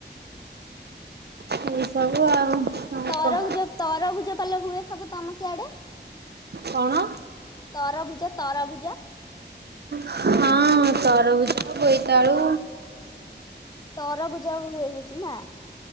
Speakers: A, on the right; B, on the left.
A: ଏଇ ସବୁ ଆଉ କଣ
B: ତରଭୁଜ
A: କହ
B: ତରଭୁଜ ପାଲ ହୁଏ ସବୁ ତମ ସିଆଡେ
A: କଣ?
B: ତରଭୁଜ ତରଭୁଜ।
A: ହଁ ତରଭୁଜ ବୋଇତାଳୁ।
B: ତରଭୁଜା ହୁଏ ସେଠି ନା।